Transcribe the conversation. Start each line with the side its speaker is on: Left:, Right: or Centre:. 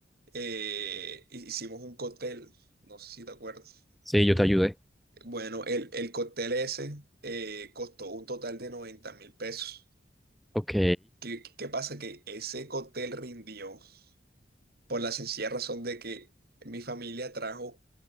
Right: eh, hicimos un cóctel, no sé si te acuerdas.
Centre: Sí, yo te ayudé.
Right: Bueno, el, el cóctel ese eh, costó un total de noventa mil pesos.
Centre: Ok.
Right: ¿Qué, qué pasa? Que ese cóctel rindió por la sencilla razón de que mi familia trajo